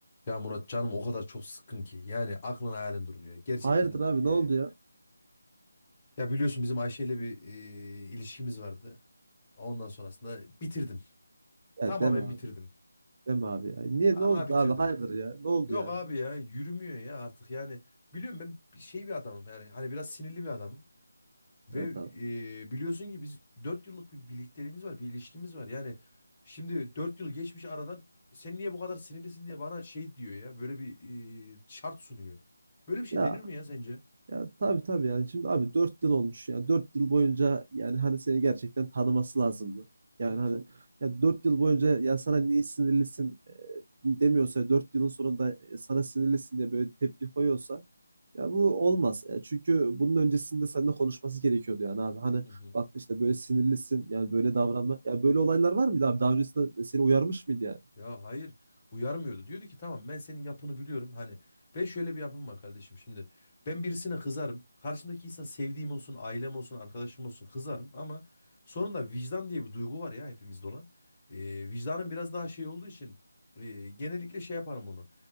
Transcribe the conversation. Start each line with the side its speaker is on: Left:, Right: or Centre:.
Left: Ya Murat canım o kadar çok sıkkın ki. Yani aklın hayalin durur ya Gerçekten
Right: Hayırdır abi
Left: e,
Right: ne oldu ya?
Left: ya biliyorsun bizim Ayşe ile bir e, ilişkimiz vardı. Ondan sonrasında bitirdim.
Right: Ya
Left: Tamamen
Right: deme
Left: bitirdim.
Right: abi. Deme abi ya. Niye
Left: Vallahi
Right: ne oldu
Left: bitirdim.
Right: da abi? Hayırdır ya. Ne oldu
Left: Yok
Right: yani?
Left: abi ya yürümüyor ya artık yani. Biliyorum ben bir şey bir adamım yani hani biraz sinirli bir adamım. Ve
Right: Evet abi.
Left: e, biliyorsun ki biz 4 yıllık bir birlikteliğimiz var, bir ilişkimiz var. Yani şimdi 4 yıl geçmiş aradan sen niye bu kadar sinirlisin diye bana şey diyor ya böyle bir e, şart sunuyor. Böyle bir şey
Right: Ya
Left: denir mi ya sence?
Right: ya tabii tabii yani şimdi abi 4 yıl olmuş ya. dört yıl boyunca yani hani seni gerçekten tanıması lazımdı. Yani
Left: Evet.
Right: hani ya 4 yıl boyunca ya sana niye sinirlisin e, demiyorsa 4 yılın sonunda e, sana sinirlisin diye böyle tepki koyuyorsa ya bu olmaz. E, çünkü bunun öncesinde seninle konuşması gerekiyordu yani abi. Hani
Left: Hı hı.
Right: bak işte böyle sinirlisin yani böyle davranma. Ya böyle olaylar var mıydı abi? Daha öncesinde seni uyarmış mıydı yani?
Left: Ya hayır uyarmıyordu. Diyordu ki tamam ben senin yapını biliyorum. Hani ben şöyle bir yapım var kardeşim şimdi. Ben birisine kızarım. Karşımdaki insan sevdiğim olsun, ailem olsun, arkadaşım olsun kızarım. Ama sonunda vicdan diye bir duygu var ya hepimizde olan. Ee, vicdanım biraz daha şey olduğu için e, genellikle şey yaparım onu.